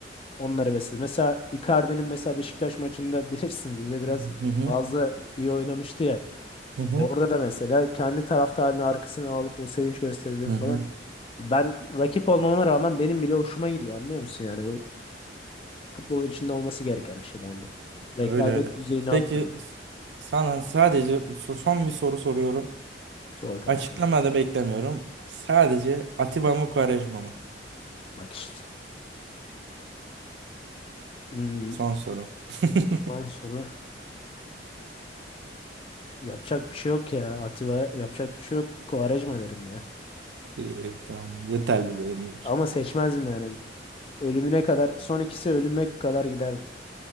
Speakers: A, on the left; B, on the right.
A: onları besledi. Mesela Icardi'nin mesela Beşiktaş maçında <laughs> bilirsin bize biraz
B: Hı hı hı
A: fazla iyi oynamıştı ya.
B: hı.
A: Orada da mesela kendi taraftarını arkasına alıp o sevinç gösterileri
B: Hı
A: falan.
B: hı.
A: Ben rakip olmama rağmen benim bile hoşuma gidiyor anlıyor musun yani bu futbolun içinde olması gereken bir şey bence. Rekabet
B: Öyle öyle.
A: düzeyini
B: Peki
A: arttırıyor.
B: sana sadece so- son bir soru soruyorum.
A: Zor kanka.
B: Açıklamada beklemiyorum. Sadece Atiba mı Quaresma mı?
A: Bak işte. Hmm,
B: Son soru. <laughs>
A: ondan sonra. Yapacak bir şey yok ya. Atiba yapacak bir şey yok. Quaresma derim ya.
B: İyi, tamam. Yeterli benim için.
A: Ama seçmezdim yani. Ölümüne kadar son ikisi ölüme kadar giderdim.